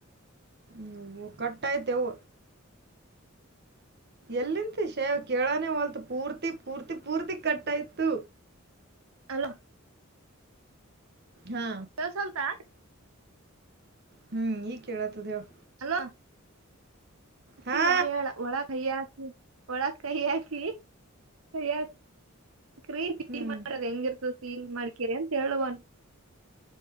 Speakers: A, on the right; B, on the right.
A: ನೀವು ಕಟ್ಟಾಯಿತೆವು ಎಲ್ಲಿಂತ ಶೇವ್ ಕೇಳಾನೇ ಹೊಲ್ತ ಪೂರ್ತಿ ಪೂರ್ತಿ ಪೂರ್ತಿ ಕಟ್ಟಾಯ್ತು
B: ಅಲೊ
A: ಹಾ
B: ಕೇಳ್ಸಲ್ತಾ
A: ಹ್ಮ್ ಈಗ್ ಕೇಳತದ ಹೇಳ್
B: ಹಲೋ ಅಕ್ಕಿ
A: ಹಾ
B: ಮೇಲೆ ಅವಳ ಒಳಗೆ ಅಯ್ಯಾ ಒಳ ಕೈ ಹಾಕಿ ಕೈ <inaudible> ಕ್ರೀ
A: ಹ್ಮ್
B: ಮಾಡದ ಹೆಂಗಿರ್ತದ ಫೀಲ್ ಮಾಡ್ಕೀರ ಅಂತ ಹೇಳವನ್